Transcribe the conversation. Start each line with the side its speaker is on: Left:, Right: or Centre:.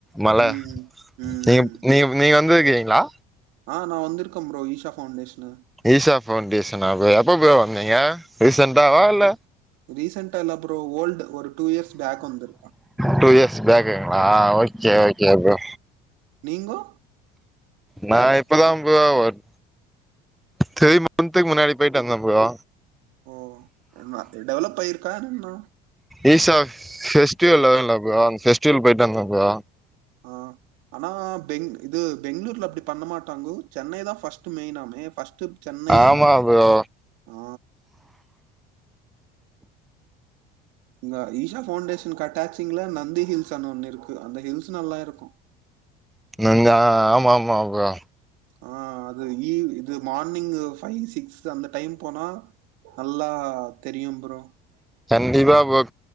Centre: மல
Right: ம் ம்
Centre: நேம்
Right: ம்
Centre: நேம் நீங்க வந்துருக்கீங்ளா
Right: ஆ நா வந்திருக்க ப்ரோ ஈஷா ஃபவுண்டேஷனு
Centre: ஈஷா ஃபவுன்டேஷனா ப்ரோ எப்ப ப்ரோ வந்தீங்க ரீசண்டாவா இல்ல
Right: ரீசண்டா இல்ல ஃப்ரோ ஓல்டு ஒரு டூ இயர்ஸ் பேக் வந்துருக்கா
Centre: டூ இயர்ஸ் பேக்குங்களா ஓகே ஓகே ப்ரோ
Right: நீங்கோ
Centre: நா இப்பதா ப்ரோ ஒர் த்ரீ மன்த்துக்கு முன்னாடி பொய்ட்டு வந்தே ப்ரோ
Right: ஓ அ டெவலப் ஆயிருக்கா என்னா
Centre: ஈஷா ஃபெஸ்டிவல் வருல்ல ப்ரோ அந் ஃபெஸ்டிவல் பொய்ட்டு வந்த ப்ரோ
Right: ஆ ஆனா பெங் இது பெங்ளூர்ல அப்டி பண்ண மாட்டாங்கோ சென்னைதா ஃபர்ஸ்ட்டு மெயினாமே ஃபர்ஸ்ட்டு சென்னை
Centre: ஆமா ப்ரோ
Right: ஆ இங்க ஈஷா ஃபவுண்டேஷனுக்கு அட்டாச்சிங்ல் நந்தி ஹில்ஸனு ஒன்னு இருக்கு அந்த ஹில்ஸ் நல்லா இருக்கு
Centre: நிங்க ஆமா ஆமா ப்ரோ
Right: ஆ அது இ இது மார்னிங்கு ஃபைவ் சிக்ஸ் அந்த டைம் போனா நல்லா தெரியு ப்ரோ
Centre: கண்டிப்பா ப்ரோ